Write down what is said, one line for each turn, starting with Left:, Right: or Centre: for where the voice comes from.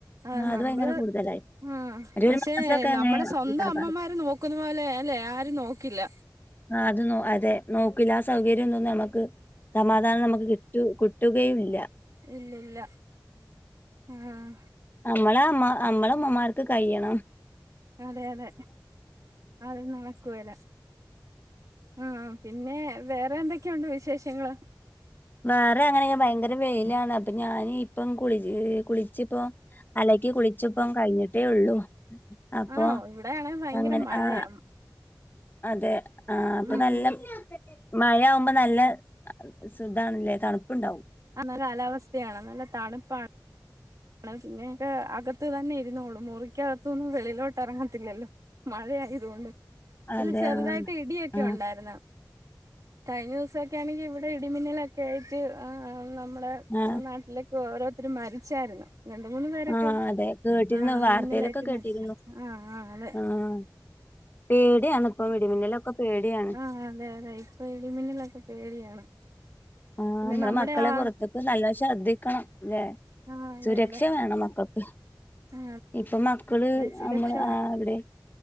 Right: ആഹ്
Left: ആ അത്
Right: നമ്മള്
Left: ഭയങ്കര കൂടുതലായി
Right: ആഹ്
Left: ഒരു
Right: പഷേ
Left: ഒരു മാസമൊക്കെ അങ്ങനെ
Right: നമ്മടെ സ്വന്തം
Left: ഉണ്ടാകാറ്
Right: അമ്മമാര് നോക്കുന്ന പോലെ അല്ലെ ആരും നോക്കില്ല
Left: ആഹ് അത് അതെ നോക്കില്ല ആഹ് സൗകര്യൊന്നും നമക്ക് സമാധാനം നമക്ക് കി റ്റു കിട്ടുകയുമില്ല
Right: ഇല്ലല്ല ആഹ്
Left: അമ്മളെ അമ്മ അമ്മള അമ്മമാർക്ക് കഴ്യണം
Right: അതെ അതെ അത് നടക്ക്വേല ആഹ് പിന്നെ വേറെ എന്തൊക്കെയുണ്ട് വിശേഷങ്ങള്
Left: വേറെ അങ്ങനെ ഭയങ്കര വെയിലാണ് അപ്പൊ ഞാന് ഇപ്പം കുളിച് ഇപ്പ അലക്കി കുളിച്പ്പം കഴിഞ്ഞിട്ടേ ഉള്ളു അപ്പൊ
Right: ആണോ ഇവിടെയാണെ ഭയങ്കര
Left: അങ്ങനെ
Right: മഴയാ
Left: ആഹ് അതെ ആഹ് ഇപ്പൊ
Right: ഉം
Left: നല്ലം മഴയാവുമ്പ നല്ല സുഖാണ്ലെ തണ്പ്പ്ണ്ടാവും
Right: ആഹ് നല്ല കാലാവസ്ഥയാണ് നല്ല തണ്പ്പാണ് ആഹ് പിന്നെയൊക്ക അകത്ത് തന്നെ ഇരുന്നോളും മുറിക്കകത്ത്ന്ന് വെളിയിലോട്ട എറങ്ങത്തില്ലല്ലൊ മഴ ആയതുകൊണ്ട്
Left: അതെ
Right: നല്ല ചെറുതായിട്ട്
Left: ആ
Right: ഇടിയൊക്കെ
Left: ആ
Right: ഉണ്ടായിരുന്നു കഴിഞ്ഞ ദിവസൊക്കെ ആണെങ്കി ഇവിടെ ഇടിമിന്നലൊക്കെ ആയിട്ട് നമ്മുടെ
Left: ആ
Right: നാട്ടിലൊക്കെ ഓരോരുത്തരും മരിച്ചായിരുന്നു രണ്ട് മൂന്ന് പേരൊക്കെ
Left: ആഹ് അതെ കേട്ടിരുന്നു
Right: ആ
Left: വാർത്തയിലൊക്കെ
Right: മിന്നലായിട്ട്
Left: കേട്ടിരുന്നു
Right: മരിച്ച ആ ആ അതെ
Left: ആഹ് പേടിയാണ് ഇപ്പൊ ഇടിമിന്നലൊക്കെ പേടിയാണ്
Right: ആഹ് അതെ അതെ ഇപ്പൊ ഇടിമിന്നിലൊക്കെ പേടിയാണ്
Left: ആഹ്
Right: പിന്നെ
Left: നമ്മുടെ മക്കളെ
Right: ആ
Left: പുറത്തേക്ക് നല്ലോണം ശ്രദ്ധിക്കണംല്ലേ
Right: ആ അതെ
Left: സുരക്ഷ
Right: അതെ
Left: വേണം മക്കൾക്ക്
Right: ആ
Left: ഇപ്പൊ മക്കള്
Right: അതെ സുരക്ഷ
Left: നമ്മള്
Right: വേണം.
Left: ആഹ് അവിടെ